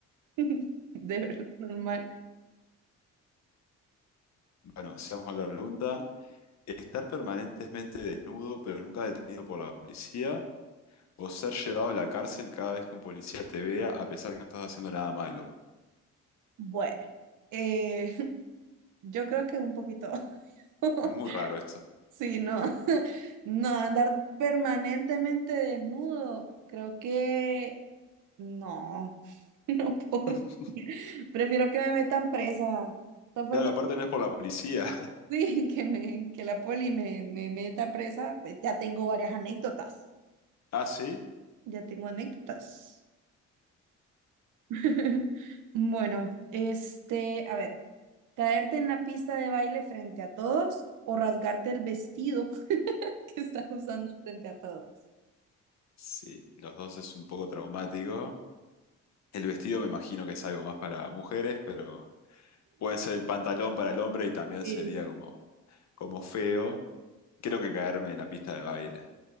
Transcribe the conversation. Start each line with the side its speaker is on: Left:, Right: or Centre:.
Right: <laughs> de verdad, normal.
Left: Bueno, sigamos con la pregunta. ¿Estar permanentemente desnudo pero nunca detenido por la policía? ¿O ser llevado a la cárcel cada vez que un policía te vea a pesar que no estás haciendo nada malo?
Right: Bueno, eh, <laughs> yo creo que un poquito. <laughs>
Left: Es muy raro esto.
Right: Sí, no, <laughs> no, andar permanentemente desnudo, creo que no, <laughs> no puedo.
Left: <laughs>
Right: Prefiero que me metan presa. De todas formas,
Left: Claro, aparte no es por la policía.
Right: <laughs> sí, que me, que la poli me, me meta presa, pues ya tengo varias anécdotas.
Left: <laughs> ¿Ah, sí?
Right: Ya tengo anécdotas. <laughs> Bueno, este, a ver, caerte en la pista de baile frente a todos o rasgarte el vestido <laughs> que estás usando frente a todos.
Left: Sí, los dos es un poco traumático. El vestido me imagino que es algo más para mujeres, pero puede ser el pantalón para el hombre y también
Right: sí
Left: sería como, como feo. Quiero que caerme en la pista de baile.